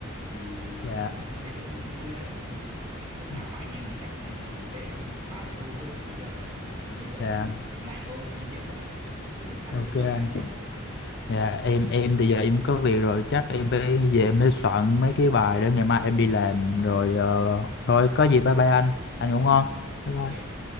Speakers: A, on the right (about 20°); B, on the left (about 50°).
A: thì
B: dạ
A: nói chung là anh thấy là cũng vui đấy thì lúc nào
B: ừ,
A: mà anh em mình rảnh nhá thì mình sẽ bàn sâu hơn được chưa còn bây giờ
B: dạ
A: thì anh lại có tí việc rồi để lúc khác
B: ok
A: nói chuyện
B: anh.
A: với em nha
B: Dạ em em thì giờ em có việc rồi chắc em phải về em phải soạn mấy cái bài để ngày mai em đi làm rồi ờ, thôi có gì bye bye anh anh ngủ
A: ừ
B: ngon
A: ừ
B: Bye
A: ok
B: bye.